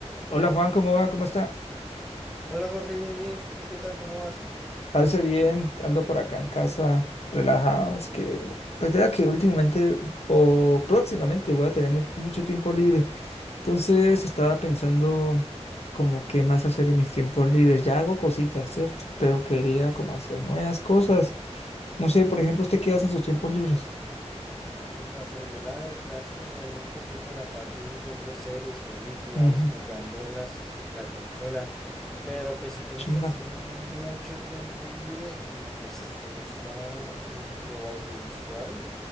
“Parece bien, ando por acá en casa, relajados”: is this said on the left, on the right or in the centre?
Left